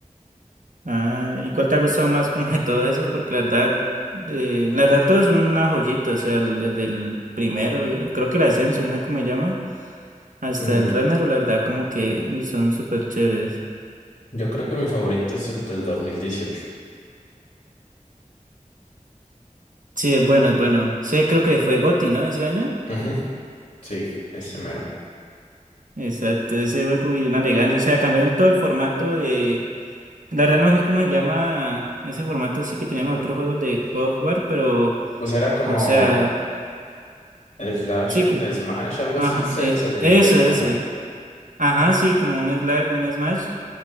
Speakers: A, on the right; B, on the left.
A: Ah, ¿y cuál te ha gustado más como de todos esos? Porque la verdad, eh, la verdad todos son una joyita, o sea, el- desde el primero, eh, creo que el Ascension, no sé cómo se llama, hasta
B: Mm,
A: el Ragnarok, la verdad como que uy, son súper chéveres.
B: yo creo que mi favorito es el del 2018.
A: Sí, es bueno, es bueno. Sí, creo que fue GOTY, ¿no? Ese año.
B: Ujú, sí, ese mero.
A: Exacto, ese juego y una elegancia. O sea, cambiaron todo el formato de. La verdad no sé cómo se llama ese formato, sí que tenían los otros juegos de God of War, pero.
B: O sea, era como
A: O sea,
B: Slash
A: sí,
B: en
A: como-
B: Smash, algo
A: ajá,
B: así se,
A: es-
B: se les
A: eso,
B: denomina.
A: eso. Ajá, sí, como un Slack y un Smash.